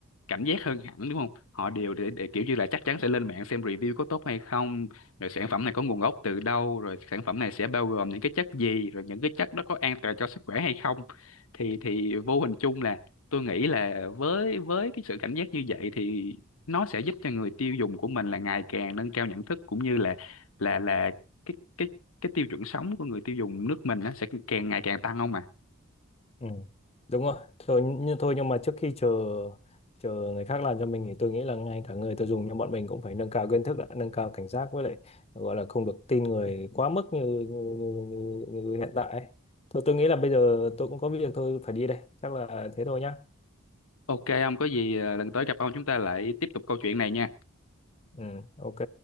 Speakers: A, on the left (about 85°); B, on the left (about 30°).
A: cảnh giác hơn hẳn đúng không họ đều để, để kiểu như là chắc chắn sẽ lên mạng xem review có tốt hay không rồi sản phẩm này có nguồn gốc từ đâu rồi sản phẩm này sẽ bao gồm những cái chất gì rồi những cái chất đó có an toàn cho sức khỏe hay không thì thì vô hình chung là tôi nghĩ là với với cái sự cảnh giác như vậy thì nó sẽ giúp cho người tiêu dùng của mình là ngày càng nâng cao nhận thức cũng như là là là cái cái cái tiêu chuẩn sống của người tiêu dùng nước mình nó sẽ càng ngày càng tăng không mà
B: Ừ, đúng rồi. Thôi, như thôi nhưng mà trước khi chờ chờ người khác làm cho mình thì tôi nghĩ là ngay cả người tiêu dùng như bọn mình cũng phải nâng cao kiến thức, đã, nâng cao cảnh giác với lại gọi là không được tin người quá mức như như, như, như, như hiện tại ấy. Thôi tôi nghĩ là bây giờ tôi cũng có việc tôi phải đi đây. Chắc là thế thôi nhá.
A: ok ông có gì ờ, lần tới gặp ông chúng ta lại tiếp tục câu chuyện này nha
B: Ừ, ok.